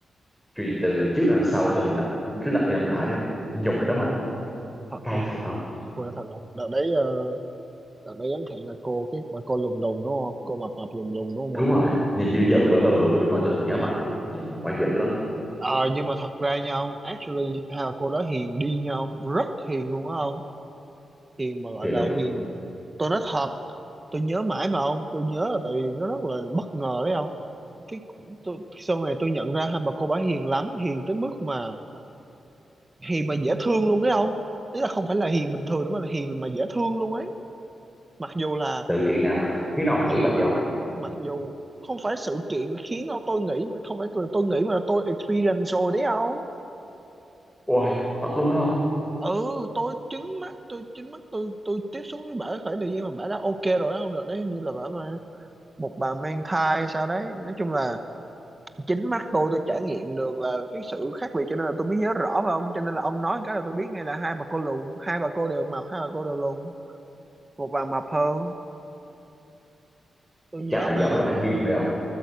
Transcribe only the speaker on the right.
thật
không
quên thật không đợt đấy ờ, Đợt đấy ấn hẹn là cô cái bà cô lùn lùn đúng không cô mập mập lùn lùn đúng
không
ờ
Ờ, nhưng mà thật ra nha ông actually hai bà cô đó hiền đi nha ông rất hiền luôn á ông hiền mà gọi
là
hiền tôi nói thật tôi nhớ mãi mà ông tôi nhớ là tại vì nó rất là bất ngờ đấy ông cái tôi, sau này tôi nhận ra hai bà cô bả hiền lắm hiền tới mức mà hiền mà dễ thương luôn đấy ông ý là không phải là hiền bình thường nữa mà là hiền mà dễ thương luôn ấy mặc dù là
mặc
mặc dù không phải sự kiện khiến ông tôi nghĩ không phải là tôi nghĩ mà là tôi experience rồi đấy không
ừ tôi chứng mắt tôi chứng mắt tôi tôi tiếp xúc với bả khoảng thời gian mà bả đã ok rồi đó không được đấy như là bả mà một bà mang thai sao đấy nói chung là chính mắt tôi tôi trải nghiệm được là cái sự khác biệt cho nên là tôi mới nhớ rõ mà ông cho nên là ông nói cái là tôi biết ngay là hai bà cô lùn hai bà cô đều mập hai bà cô đều lùn một bà mập hơn tôi nhớ
mà